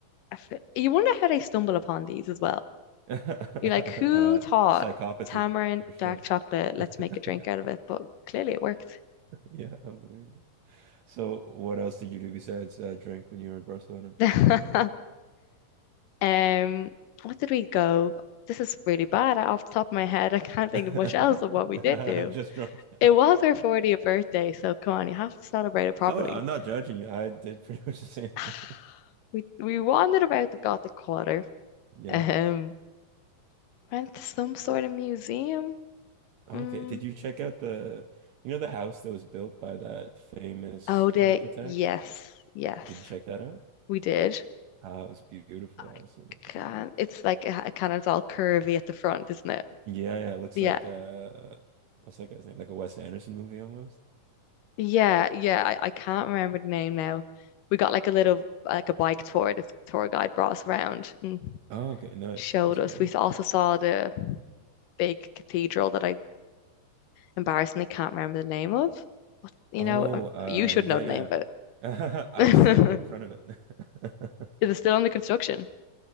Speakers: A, on the left; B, on the right.
A: I fe- you wonder how they stumble upon these as well.
B: <laughs>
A: You're like, who
B: Uh,
A: thought
B: psychopathy
A: tamarind,
B: for sure.
A: dark chocolate, let's
B: <laughs>
A: make a drink out of it? But clearly it worked.
B: Yeah, unbelievable. So, what else did you do besides uh, drink when you were in Barcelona?
A: <laughs> Um, what did we go? This is really bad. I- Off the top of my head, I can't think
B: <laughs>
A: of much else of what we did do.
B: Just drunk. <laughs>
A: It was our 40th birthday, so come on, you have to celebrate it properly.
B: Oh, I'm not judging you. I did pretty much the same thing.
A: <sighs> We we wandered about the Gothic Quarter.
B: <laughs> Yeah.
A: Um, went to some sort of museum.
B: Okay,
A: Mm.
B: did you check out the, you know, the house that was built by that famous
A: Oh, the
B: architect?
A: yes, yes.
B: Did you check that out?
A: We did.
B: Ah, it was beautiful.
A: I
B: I also looked
A: can't.
B: at that.
A: It's like it, it kind of it's all curvy at the front, isn't it?
B: Yeah, yeah, it looks
A: Yeah,
B: like uh, what's that guy's name? Like a Wes Anderson movie almost.
A: yeah, yeah. I, I can't remember the name now. We got like a little like a bike tour. This tour guide brought us around and
B: Oh, okay, nice.
A: showed
B: That's cool.
A: us. We also saw the big cathedral that I embarrassingly can't remember the name of. What, you
B: Oh,
A: know, um,
B: uh,
A: you should
B: yeah,
A: know the name of
B: yeah. <laughs> I
A: it.
B: stayed right in front
A: <laughs>
B: of it. <laughs>
A: Is it still under construction?